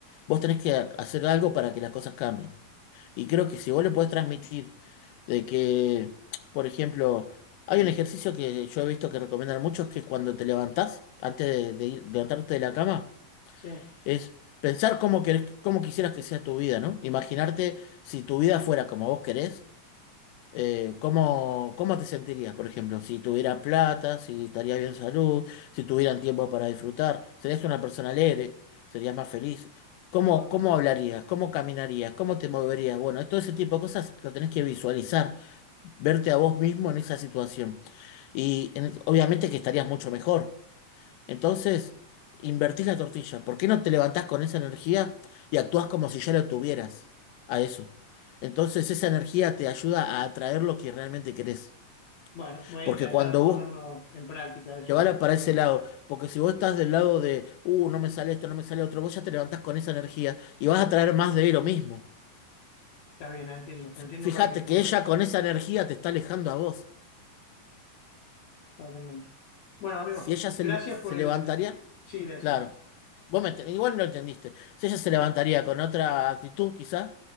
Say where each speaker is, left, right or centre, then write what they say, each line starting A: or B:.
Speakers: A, on the left; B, on the left.
A: Vos tenés que ha- hacer algo para que las cosas cambien. Y creo que si vos le podés transmitir de que, por ejemplo, hay
B: eh,
A: un ejercicio que yo he visto que recomiendan muchos que es cuando te levantás, antes de, de ir- levantarte de la cama,
B: Sí,
A: es pensar cómo querés, cómo quisieras que sea tu vida, ¿no? Imaginarte si tu vida fuera como vos querés, eh, cómo, cómo te sentirías, por ejemplo, si tuviera plata, si estaría bien salud, si tuvieran tiempo para disfrutar, serías una persona alegre, serías más feliz. ¿Cómo,
B: ah,
A: cómo hablarías? ¿Cómo caminarías? ¿Cómo te moverías? Bueno, todo ese tipo de cosas lo tenés que visualizar, verte a vos mismo en esa situación. Y en- obviamente que estarías mucho mejor. Entonces, invertís la tortilla. ¿Por qué no te levantás con esa energía y actúas como si ya la tuvieras a eso? Entonces, esa energía te ayuda a atraer lo que realmente querés.
B: bueno, voy
A: Porque
B: a intentar
A: cuando
B: ponerlo
A: vos
B: en práctica eso.
A: te vas para
B: Vale,
A: ese lado, porque si vos estás del lado de, uh, no me sale esto, no me sale otro, vos ya te levantás con esa energía y vas a traer más de lo mismo.
B: Está bien, entiendo,
A: F-
B: entiendo
A: Fíjate
B: cuál es el punto.
A: que ella con esa energía te está alejando a vos.
B: Totalmente. Bueno, amigo,
A: Si ella se,
B: gracias
A: le- se
B: por el...
A: levantaría,
B: Sí, decime.
A: claro, vos me ent- igual no entendiste. Si ella se levantaría con otra actitud, quizás,